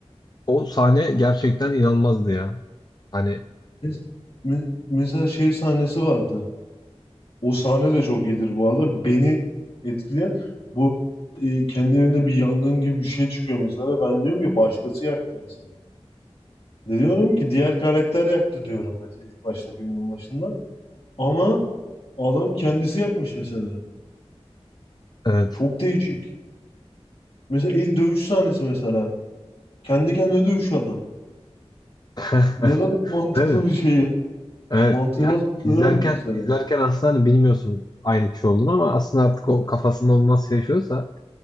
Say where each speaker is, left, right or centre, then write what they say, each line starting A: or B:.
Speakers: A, on the left; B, on the left.
A: o sahne gerçekten inanılmazdı ya. Hani
B: Mes- me- Mesela şey sahnesi vardı. O sahne de çok iyidir bu arada. Beni etkileyen bu e, kendi evinde bir yangın gibi bir şey çıkıyor mesela. Ben diyorum ki başkası yaktı mesela. De diyorum ki diğer karakter yaktı diyorum mesela ilk başta filmin başında. Ama adam kendisi yakmış mesela.
A: evet.
B: Çok değişik. Mesela ilk dövüş sahnesi mesela. Kendi kendine dövüşüyor adam.
A: <laughs>
B: Ne kadar mantıklı
A: Değil mi?
B: bir şey ya.
A: Evet,
B: Mantığıma
A: ya
B: sığdıramıyorum
A: izlerken
B: mesela.
A: izlerken aslında hani bilmiyorsun aynı kişi olduğunu ama aslında artık o kafasında onu nasıl yaşıyorsa